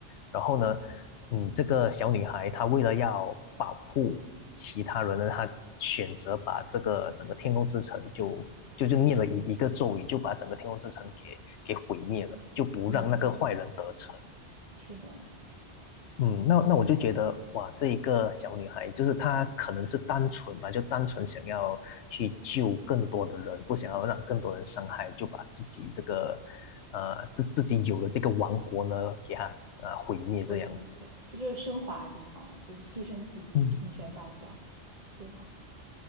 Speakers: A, on the left; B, on the right.
A: 然后呢，嗯，这个小女孩她为了要保护其他人呢，她选择把这个整个天空之城就就就念了一一个咒语，就把整个天空之城给给毁灭了，就不让那个坏人得逞。
B: 嗯，是的，
A: 嗯，那那我就觉得哇，这一个小女孩就是她可能是单纯吧，就单纯想要去救更多的人，不想要让更多人伤害，就把自己这个呃自自己有的这个王国呢给她啊、呃毁灭这样。
B: 毁灭，对，这就是升华的地方，就是牺牲自己，
A: 嗯，
B: 成全大家，对吧？